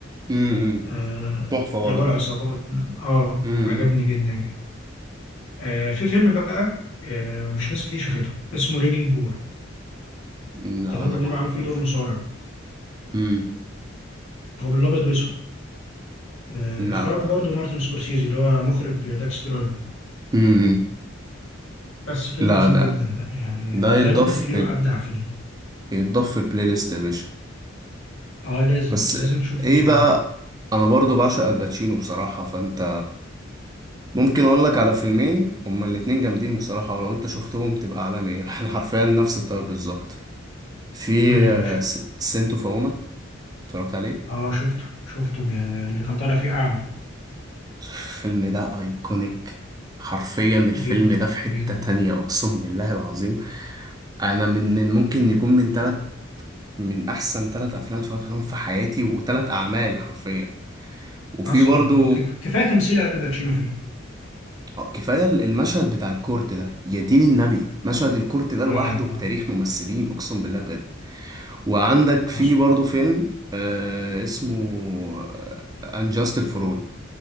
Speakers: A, on the right; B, on the left.
A: امم
B: آه،
A: تحفة
B: اللي
A: برضه
B: هو العصابات اه
A: امم
B: عجبني جدا جدا آه، في فيلم بقى آه، مش ناس كتير شافته اسمه ريجينج بول
A: لا
B: كان روبرت
A: أنا ما
B: دينيرو
A: أعرفوش
B: عامل فيه دور مصارع
A: امم
B: هو بالابيض واسود آه،
A: لا
B: اخراج
A: لا
B: برضه مارتن سكورسيزي اللي هو مخرج داكس درايفر
A: امم
B: بس فيلم
A: لا
B: عظيم
A: ده
B: جدا بقى يعني
A: ده
B: آه،
A: يتضاف
B: ده روبرت دينيرو ابدع فيه
A: يتضاف في البلاي ليست يا باشا
B: اه لازم
A: بس
B: لازم تشوفه
A: ايه
B: وتقول
A: بقى
B: لي رايك
A: انا برضو بعشق الباتشينو بصراحة فانت ممكن اقول لك على فيلمين هما الاتنين جامدين بصراحة ولو انت شفتهم تبقى عالمي <laughs> احنا حرفيا نفس الطيب بالظبط في
B: قول لي
A: آه،
B: يا باشا
A: س- سنتو فاوما اتفرجت عليه
B: اه شفته شفته آه، اللي كان طالع فيه اعمى
A: الفيلم ده ايكونيك حرفيا الفيلم
B: جدا
A: ده في حتة
B: جدا
A: تانية اقسم بالله العظيم انا من من ممكن يكون من 3 من احسن ثلاث افلام اتفرجت عليهم في حياتي وثلاث اعمال حرفيا وفي
B: حصل
A: برضو
B: هو ك- ك- كفايه تمثيل الباتشينو فيه
A: آه، كفايه المشهد بتاع الكورت ده يا دين النبي مشهد الكورت ده لوحده
B: اه اه
A: بتاريخ ممثلين اقسم بالله بجد وعندك في
B: حصل
A: برضو فيلم آه اسمه انجاستك فور اول